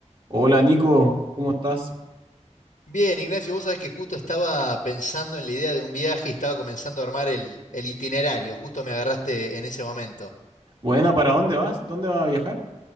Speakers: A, on the right; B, on the left.
A: Hola Nico, ¿cómo estás?
B: Bien, Ignacio, vos sabés que justo estaba pensando en la idea de un viaje y estaba comenzando a armar el, el itinerario, justo me agarraste en ese momento.
A: Buena, ¿para dónde vas? ¿Dónde vas a viajar?